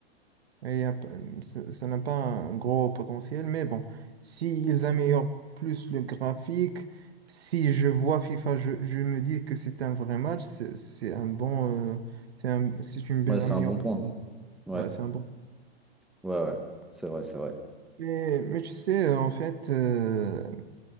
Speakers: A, on the right; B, in the centre.
A: Et y a pas- ça ça n'a pas un gros potentiel, mais bon, s'ils améliorent plus le graphique, si je vois FIFA, je, je me dis que c'est un vrai match, c'est c'est un bon, euh, c'est un- c'est une bonne
B: Ouais, c'est
A: amélioration.
B: un bon point. Ouais,
A: Ouais, c'est un bon.
B: ouais, ouais. C'est vrai, c'est vrai.
A: Mais, mais tu sais, en fait, euh,